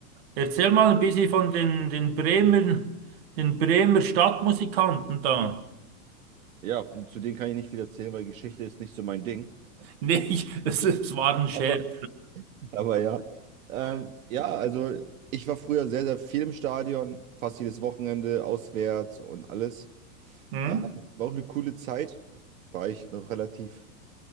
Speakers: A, on the right (about 40°); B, on the right (about 65°).
A: äh, erzähl mal ein bisschen von den, den Bremen, den Bremer Stadtmusikanten da.
B: Ja, zu denen kann ich nicht viel erzählen, weil Geschichte ist nicht so mein Ding.
A: Nee, ich, <laughs> das, das war ein Scherz.
B: Aber, aber ja. Ähm, ja, also ich war früher sehr, sehr viel im Stadion, fast jedes Wochenende, auswärts und alles.
A: Hm?
B: Äh, war auch eine coole Zeit. War ich noch relativ,